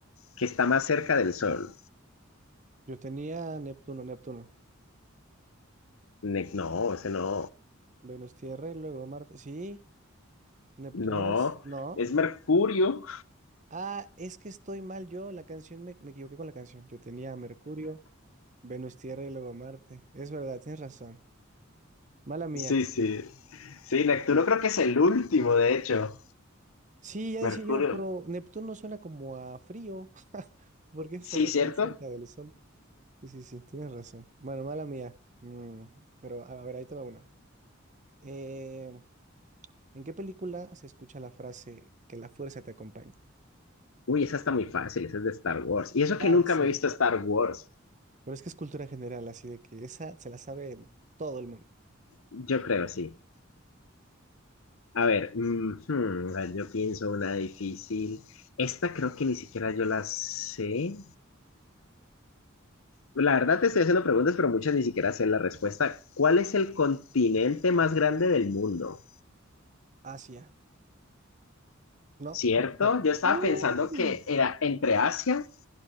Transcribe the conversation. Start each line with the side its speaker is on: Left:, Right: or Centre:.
Left: que está más cerca del Sol?
Right: Yo tenía Neptuno, Neptuno.
Left: Ne- No, ese no.
Right: Venus, Tierra y luego Marte. Sí. Neptuno
Left: No,
Right: es, no.
Left: es Mercurio.
Right: Ah, es que estoy mal yo. La canción me, me equivoqué con la canción. Yo tenía Mercurio, Venus, Tierra y luego Marte. Es verdad, tienes razón. Mala mía.
Left: Sí, sí. Sí, Neptuno creo que es el último, de hecho.
Right: Sí, ya
Left: Mercurio.
Right: decía yo, pero Neptuno suena como a frío. <laughs> ¿Por qué estaría
Left: Sí, ¿cierto?
Right: tan cerca del Sol? Sí, sí, sí, tienes razón. Bueno, mala mía. Mm, pero a a ver, ahí te va una. Eh, ¿en qué película se escucha la frase que la fuerza te acompañe?
Left: Uy, esa está muy fácil, esa es de Star Wars. Y eso que
Right: Axel.
Left: nunca me he visto Star Wars.
Right: Pero es que es cultura general, así de que esa se la sabe todo el mundo.
Left: Yo creo, sí. A ver, mm, hmm, a ver, yo pienso una difícil. Esta creo que ni siquiera yo la sé. La verdad te estoy haciendo preguntas, pero muchas ni siquiera sé la respuesta. ¿Cuál es el continente más grande del mundo?
Right: Asia, ¿no?
Left: ¿Cierto?
Right: <laughs>
Left: Yo estaba pensando
Right: Mm.
Left: que era entre Asia